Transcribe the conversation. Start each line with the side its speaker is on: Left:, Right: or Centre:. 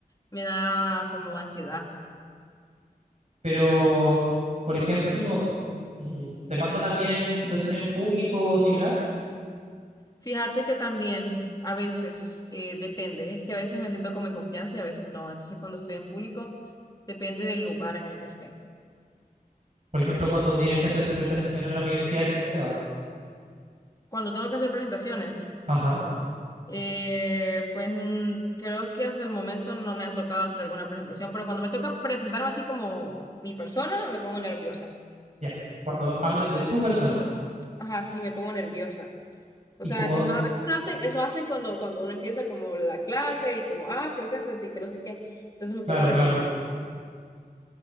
Left: me da como ansiedad.
Right: Pero, por ejemplo, ¿te pasa también en situaciones en público o similar?
Left: Fíjate que también a veces eh, depende, es que a veces me siento como en confianza y a veces no. Entonces cuando estoy en público, depende del lugar en el que esté.
Right: Por ejemplo, cuando tienes que hacer presentaciones en la universidad, ¿qué tal te va?
Left: Cuando tengo que hacer presentaciones.
Right: Ajá,
Left: Eh, pues mm, creo que hasta el momento no me ha tocado hacer alguna presentación, pero cuando me toca presentarme así como mi persona, me pongo nerviosa.
Right: ya. Cuando hablas de tu persona
Left: Ajá, sí, me pongo nerviosa. O
Right: y
Left: sea,
Right: como,
Left: que normalmente eso hacen, eso hacen cuando, cuando uno empieza como la clase y como, ah, preséntense y que no sé qué. Entonces me
Right: claro,
Left: pongo nerviosa.
Right: claro.